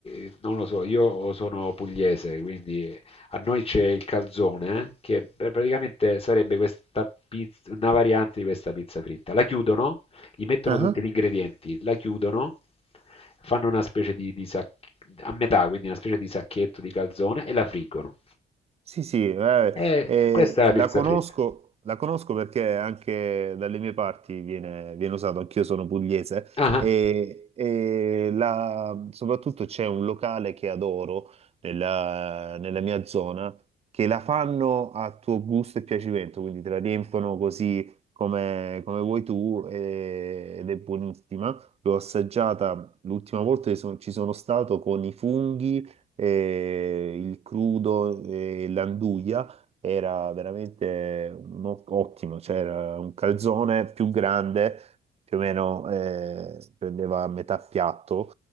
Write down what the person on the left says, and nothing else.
eh, non lo so, io sono pugliese, quindi a noi c'è il calzone, eh, che pr- praticamente sarebbe questa pizza, una variante di questa pizza fritta. La chiudono gli mettono
tutti gli ingredienti, la chiudono, fanno una specie di, di sac- a metà, quindi una specie di sacchetto di calzone e la friggono.
E
questa è la
pizza
fritta.
Ah,